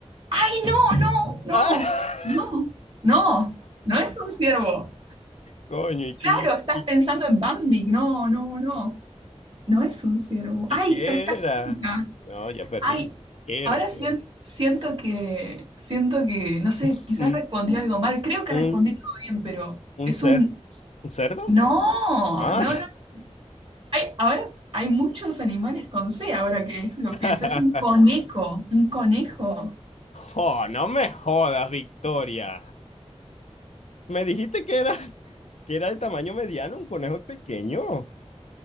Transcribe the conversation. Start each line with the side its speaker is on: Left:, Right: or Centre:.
Right: ¡Ay, no, no, no,
Left: <laughs> ¡Ah!
Right: no, no! No es un ciervo.
Left: Coño, ¿y qué,
Right: Claro, estás
Left: y,
Right: pensando en Bambi. No, no, no. No es un ciervo.
Left: y
Right: ¡Ay,
Left: qué
Right: pero estás
Left: era?
Right: cerca!
Left: No, ya perdí.
Right: ¡Ay!
Left: ¿Qué
Right: Ahora
Left: era? ¿Qué
Right: sien-
Left: era?
Right: siento que, siento que, no sé,
Left: <laughs>
Right: quizás
Left: ¿Un,
Right: respondí algo mal. Creo que
Left: un,
Right: respondí todo bien, pero
Left: un
Right: es
Left: cer,
Right: un...
Left: un cerdo?
Right: No,
Left: Ah.
Right: no, no. Hay, ahora hay muchos animales con C, ahora que lo
Left: <laughs>
Right: pienso. Es un conejo, un conejo.
Left: Oh, no me jodas, Victoria. Me dijiste que era que era de tamaño mediano, un conejo es pequeño.